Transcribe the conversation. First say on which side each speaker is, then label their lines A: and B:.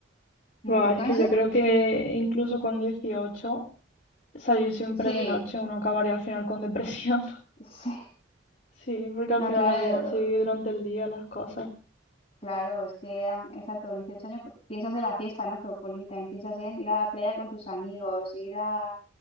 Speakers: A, on the left (about 30°); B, on the left (about 45°).
A: ¿En
B: Buah,
A: tu
B: es
A: caso?
B: que yo creo que incluso con dieciocho salir siempre
A: Sí,
B: de noche uno acabaría al final con depresión. <laughs>
A: <laughs> sí.
B: Sí, porque
A: No,
B: al final
A: claro,
B: la vida se vive durante el día, las cosas.
A: claro, es que am, exacto, 18 años, pues, piensas en la fiesta, ¿no? Pero Colin, también piensas en ir a la playa con tus amigos, ir a,